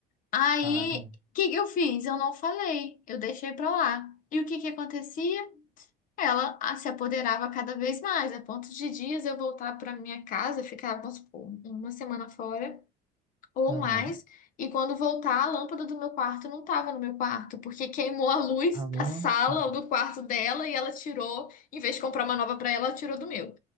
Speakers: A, on the left; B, on the right.
A: Aí,
B: Ah, não.
A: o que que eu fiz? Eu não falei, eu deixei pra lá. E o que que acontecia? Ela ah, se apoderava cada vez mais, a ponto de dias eu voltar para minha casa, ficar, vamos supor, uma semana fora ou
B: Aham.
A: mais. E quando voltar, a lâmpada do meu quarto não estava no meu quarto, porque queimou a luz
B: Ah, não.
A: da sala
B: pa-
A: ou do quarto dela e ela tirou, em vez de comprar uma nova para ela, ela tirou do meu.